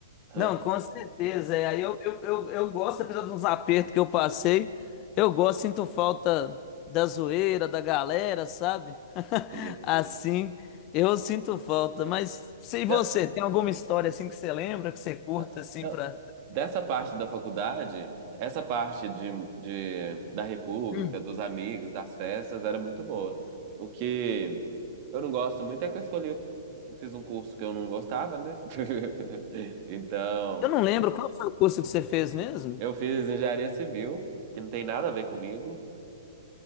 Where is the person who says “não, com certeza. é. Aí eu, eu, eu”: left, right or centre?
Left